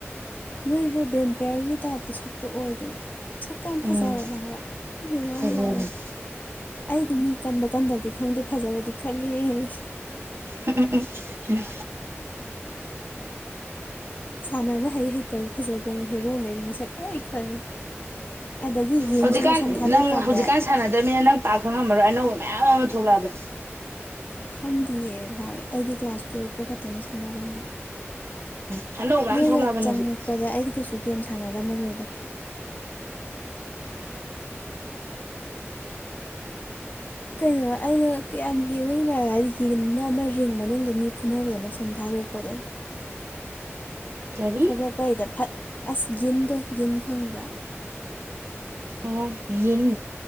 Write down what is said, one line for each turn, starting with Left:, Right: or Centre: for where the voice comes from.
Left: ꯃꯣꯏꯗ ꯕ‌ꯦꯟ ꯄꯤꯌꯥ꯭ꯔꯒꯤ ꯇꯥꯏꯞꯇ ꯁꯛꯇ ꯑꯣꯏꯗꯅ ꯁꯛꯇꯣ ꯌꯥꯝ ꯐꯖꯕꯅꯦ
Right: ꯎꯝ
Left: ꯍꯥꯏꯕ ꯌꯦꯡꯕ ꯌꯥꯝ
Right: ꯐꯖꯕꯅ‌ꯦ
Left: ꯅꯨꯡꯉꯥꯏꯕꯅꯦ ꯑꯩꯗꯤ ꯃꯤ ꯀꯟꯕ ꯀꯟꯗꯕꯗꯤ ꯈꯪꯗꯦ ꯐꯖꯕꯗꯤ ꯈꯪꯉꯦ
Right: ꯎꯝ ꯎꯝ ꯎꯝ ꯎꯝ
Left: ꯁꯥꯟꯅꯕ ꯍꯩ ꯍꯩꯇꯕ ꯐꯖꯕ ꯍꯦꯔꯣꯈꯩꯗꯤ ꯃꯁꯛ ꯂꯣꯏ ꯈꯪꯉꯤ ꯑꯗꯒꯤ ꯌꯦꯟꯁꯨ
Right: ꯍꯧꯖꯤꯛꯀꯥꯟ
Left: ꯃꯁꯝ ꯊꯥꯗꯣꯛꯑꯀꯥꯟꯗ
Right: ꯅꯪ ꯍꯧꯖꯤꯛꯀꯥꯟ ꯁꯥꯟꯅꯗ꯭ꯔꯕꯃꯤꯅ ꯅꯪ ꯄꯥꯛ ꯈꯪ ꯉꯝꯃꯔꯣꯏ ꯑꯅꯧꯕ ꯃꯌꯥꯝ ꯑꯃ ꯊꯣꯛꯂꯛꯑꯕ
Left: ꯈꯪꯗꯤꯌꯦ ꯚꯥꯏ ꯑꯩꯗꯤ ꯀ꯭ꯂꯥꯁ ꯇꯨꯌꯦꯜꯞ ꯄꯣꯛ ꯈꯠꯇꯅꯤ ꯁꯥꯟꯅꯔꯝꯕ
Right: ꯎꯝ ꯑꯅꯧꯕ ꯃꯌꯥꯝ
Left: ꯅꯣꯏꯒ
Right: ꯊꯣꯛꯂꯛꯑꯕꯅꯦ
Left: ꯆꯪꯉꯛꯄꯗ
Right: ꯍꯧꯖꯤꯛ
Left: ꯑꯩꯗ ꯀꯩꯁꯨ ꯒꯦꯝ ꯁꯥꯟꯅꯔꯝꯃꯔꯣꯏꯗ ꯀꯩꯅꯣ ꯑꯩꯅ ꯀꯌꯥꯝ ꯌꯦꯡꯕ ꯅꯨꯡꯉꯥꯏ ꯍꯥꯏꯗꯤ ꯌꯦꯡꯅ ꯑꯃ ꯔꯤꯡ ꯃꯅꯨꯡꯗ ꯃꯤ ꯐꯨꯅꯕꯗ ꯑꯃ ꯃꯥꯁꯝ ꯊꯥ ꯊꯥꯗꯣꯛꯄꯗꯣ
Right: ꯀꯔꯤ
Left: ꯊꯣꯛꯂꯛꯄ ꯍꯥꯏꯗ ꯑꯁ ꯌꯤꯟꯗꯣ ꯌꯤꯟ ꯈꯪꯕ꯭ꯔꯥ
Right: ꯑ ꯌꯤꯟ